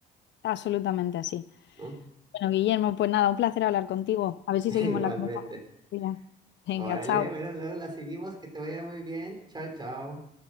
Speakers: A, on the left; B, on the right.
A: absolutamente así.
B: ¿No?
A: Bueno, Guillermo, pues nada, un placer hablar contigo. A ver
B: <laughs>
A: si seguimos
B: Igualmente.
A: la conversación. Venga,
B: Órale,
A: chao.
B: bueno, luego la seguimos, que te vaya muy bien. Chao, chao.